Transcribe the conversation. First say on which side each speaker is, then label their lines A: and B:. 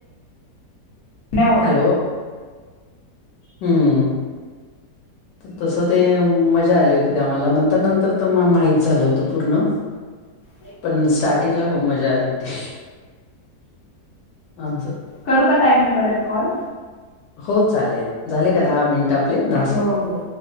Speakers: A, on the left (about 55°); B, on the left (about 85°).
A: नाही हो.
B: हॅलो हम्म. तसं ते मजा आली होती ते आम्हाला नंतर नंतर तर माहित झालं होतं पूर्ण
A: <unintelligible>
B: पण स्टार्टिंगला खूप मजा आली होती. आर
A: करू का तय मी परत कॉल
B: हो चालेल झाले का दहा मिनिट आपले दहा
A: हो
B: सेकड.
A: हो